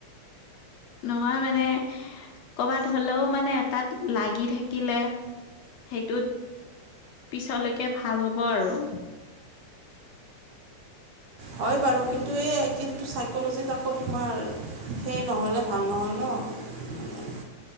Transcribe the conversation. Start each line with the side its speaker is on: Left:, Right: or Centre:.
Left: নহয় মানে কৰ'বাত হলেও মানে তাত লাগি থাকিলে সেইটোত পিছলৈকে ভাল হ'ব আৰু
Right: হয় বাৰু কিন্তু এই কিন্তু চাইক'ল'জিত আকৌ তোমাৰ সেই নহ'লে ভাল নহয় ন